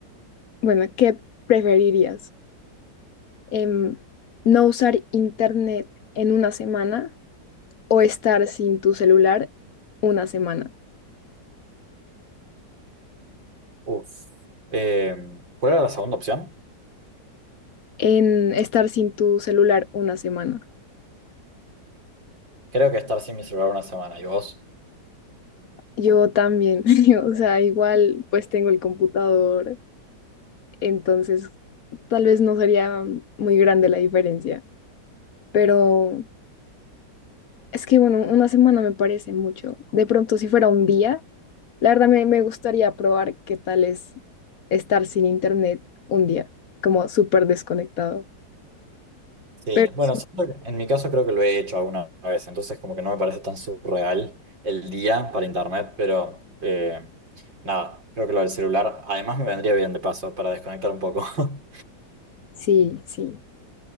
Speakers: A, on the left; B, on the right.
A: bueno, ¿qué preferirías? Em, ¿no usar internet en una semana o estar sin tu celular una semana?
B: Uf. Eh, ¿cuál era la segunda opción?
A: en estar sin tu celular una semana.
B: Creo que estar sin mi celular una semana. ¿Y vos?
A: Yo también, <laughs> yo, o sea, igual pues tengo el computador, entonces tal vez no sería muy grande la diferencia, pero es que bueno, una semana me parece mucho. De pronto si fuera un día, la verdad me, me gustaría probar qué tal es estar sin internet un día, como súper desconectado.
B: Sí,
A: Pero
B: bueno,
A: sí,
B: siento que- en mi caso creo que lo he hecho alguna vez, entonces como que no me parece tan surreal el día para internet, pero eh, nada, creo que lo del celular además me vendría bien de paso para desconectar un poco. <laughs>
A: sí, sí.